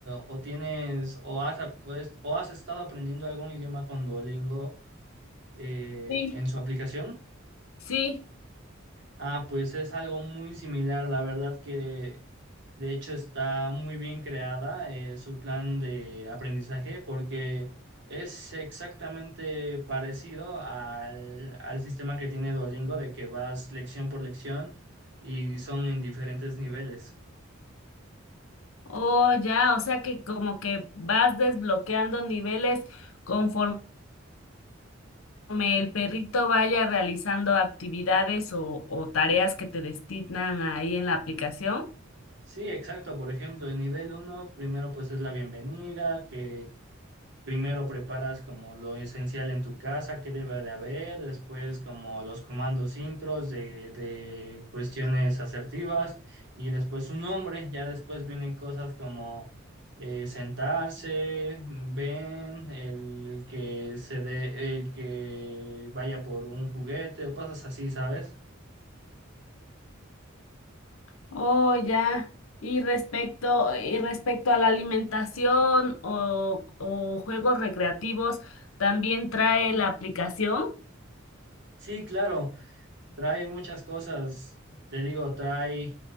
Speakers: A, on the right (about 60°); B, on the left (about 90°).
A: o tienes o has, ap- o, es- o has estado aprendiendo algún idioma con Duolingo eh,
B: Sí.
A: en su aplicación?
B: Sí,
A: Ah, pues es algo muy similar, la verdad que de hecho, está muy bien creada eh, su plan de aprendizaje porque es exactamente parecido al, al sistema que tiene Duolingo de que vas lección por lección y son en diferentes niveles.
B: oh ya, o sea que como que vas desbloqueando niveles conforme el perrito vaya realizando actividades o, o tareas que te destinan ahí en la aplicación.
A: Sí, exacto. Por ejemplo, el nivel uno primero pues es la bienvenida, que Primero preparas como lo esencial en tu casa, que debe de haber, después como los comandos intros de, de cuestiones asertivas y después un nombre, ya después vienen cosas como eh, sentarse, mm, ven, el que se dé, el que vaya por un juguete o cosas así, ¿sabes?
B: Oh, ya. Y respecto, y respecto a la alimentación o, o juegos recreativos, ¿también trae la aplicación?
A: Sí, claro, trae muchas cosas, te digo, trae